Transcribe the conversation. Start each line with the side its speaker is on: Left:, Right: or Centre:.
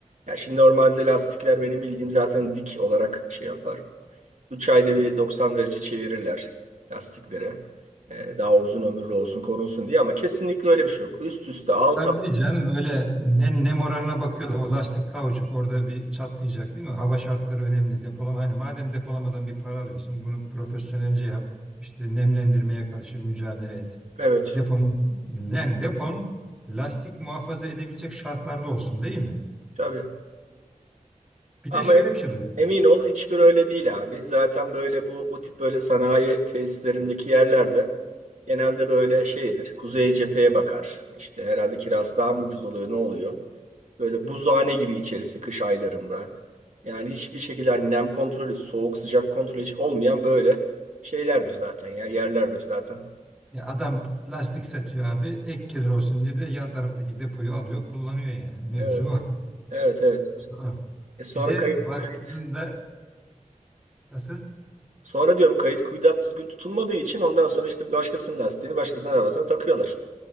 Right: Ya şimdi normalde lastikler benim bildiğim zaten dik olarak şey yapar. 3 ayda bir 90 derece çevirirler lastikleri. Ee, daha uzun ömürlü olsun korunsun diye ama kesinlikle öyle bir şey yok. Üst üste alt
Centre: Tabii
Right: alt
Centre: canım öyle ne, ne moralına bakıyorlar. O lastik kauçuk orada bir çatlayacak değil mi? Hava şartları önemli. Depolama hani madem depolamadan bir para alıyorsun bunu profesyonelce yap. İşte nemlendirmeye karşı mücadele et.
Right: Evet.
Centre: Deponun yani depon lastik muhafaza edebilecek şartlarda olsun değil mi?
Right: tabii.
Centre: Bir
Right: Ama
Centre: de şöyle bir şey duydum.
Right: emin ol hiçbir öyle değil abi. Zaten böyle bu bu tip böyle sanayi tesislerindeki yerlerde genelde böyle şeydir. Kuzey cepheye bakar. İşte herhalde kirası daha mı ucuz oluyor ne oluyor? Böyle buzhane gibi içerisi kış aylarında. Yani hiçbir şekilde hani nem kontrolü, soğuk sıcak kontrolü hiç olmayan böyle şeylerdir zaten ya yerlerdir zaten.
Centre: Ya adam plastik satıyor abi. Ek gelir olsun diye de yan taraftaki depoyu alıyor, kullanıyor yani. Mevzu
Right: Evet,
Centre: o.
Right: evet, evet.
Centre: Ha.
Right: E sonra
Centre: Bir de
Right: kayıt,
Centre: baktığında
Right: kayıt.
Centre: nasıl?
Right: Sonra diyorum kayıt kuyudat düzgün tutulmadığı için ondan sonra işte başkasının lastiğini başkasının arabasına takıyorlar.